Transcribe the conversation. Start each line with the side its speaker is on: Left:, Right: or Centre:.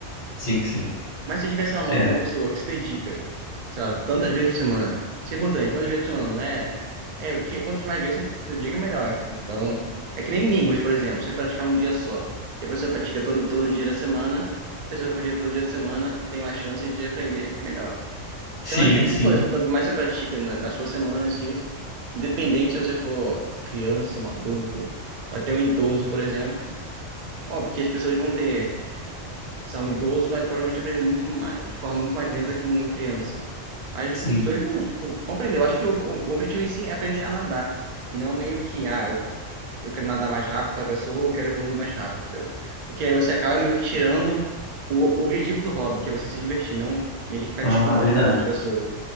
Left: Sim, sim.
Right: Mas se eu tivesse sei lá, uma,
Left: É.
Right: uma pessoa que se dedica, sei lá, tantas vezes por semana, isso é importante, tantas vezes por semana, não é? É, que quantas mais vezes você se dedica, melhor. Então, é que nem línguas, por exemplo, você praticar um dia só, e a pessoa pratica todo, todo dia da semana, a pessoa que pratica todo dia da semana tem mais chance de aprender melhor.
Left: Sim,
Right: Então, acho que é a mesma
Left: sim,
Right: coisa, quanto mais você pratica na, na sua semana, se, independente se você for uma criança, um adulto, ou até um idoso, por exemplo, óbvio que as pessoas vão ter. Se é um idoso, vai provavelmente aprender muito mais, de forma muito mais lenta que uma criança. Mas
Left: sim.
Right: os dois vão compreender. Eu acho que o, o- o objetivo em si é aprender a nadar. E não meio que, ah, eu, eu quero nadar mais rápido que tal pessoa, ou eu quero evoluir mais rápido, entendeu? Porque aí você acaba meio que tirando o objetivo do hobby, que é você se divertir, não meio que ficar
Left: Ah,
Right: disputando
Left: verdade.
Right: com outra pessoa.